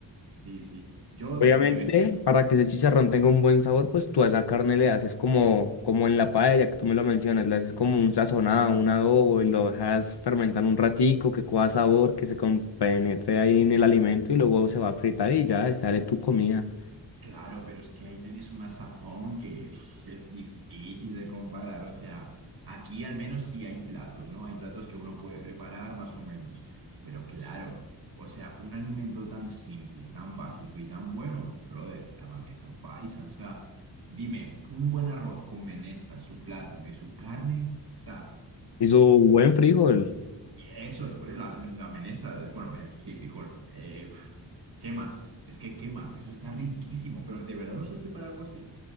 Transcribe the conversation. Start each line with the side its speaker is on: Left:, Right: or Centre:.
Right: Sí, sí. Yo
Left: Obviamente,
Right: de
Left: para que ese chicharrón tenga un buen sabor, pues tú a esa carne le haces como, como en la paella, que tú me lo mencionas, le haces como un sazonado, un adobo, y lo dejas fermentar un ratico, que coja sabor, que se compenetre ahí en el alimento, y luego se va a fritar y ya, sale tu comida.
Right: Claro, pero es que ahí tenéis una sazón que uf, es difícil de comparar. O sea, aquí al menos sí hay platos, ¿no? Hay platos que uno puede preparar más o menos. Pero claro, o sea, un alimento tan simple, tan básico y tan bueno, brother, la bandeja paisa. O sea, dime, un buen arroz con menestra, su plátano y su carne. O sea,
Left: Y su buen frijol.
Right: eso, por la, la menestra, bueno, menestra, sí, frijol. eh, pf, ¿qué más? Es que, ¿qué más? Eso está riquísimo, pero ¿de verdad no sabes preparar algo así?